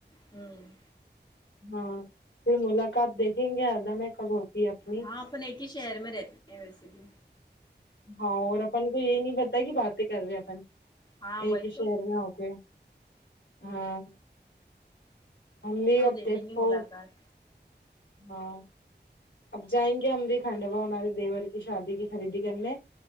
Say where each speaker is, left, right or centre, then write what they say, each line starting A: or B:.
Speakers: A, on the left (about 25°); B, on the left (about 85°).
A: ہم
B: ہاں پھر ملاقات دیکھیں گے اردم کب ہے اپنی
A: ہاں اپن ایک ہی شہر میں رہتے ہیں ویسے بھی
B: ہاں اور اپن کو یہی نہیں پتا کہ باتیں کر رہے اپن
A: ہاں
B: ایک
A: وہی
B: ہی شہر
A: تو
B: میں ہو کے ہاں ہم بھی اب
A: لے
B: دیکھو
A: لیں گے ملاقات
B: ہاں اب جائیں گے ہم بھی کھنڈ و ہمارے دیور کی شادی کی خریدی کرنے